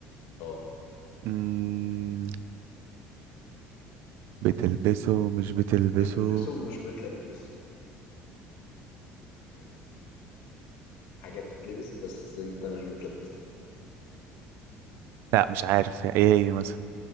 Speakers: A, on the left; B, on the right.
A: اه
B: مم... بتلبسه ومش بتلبسه
A: بتلبسه ومش بتلبسه يعني حاجه بتتلبس بس انت مش بتلبسها
B: لا مش عارف هي- ايه هي مثلا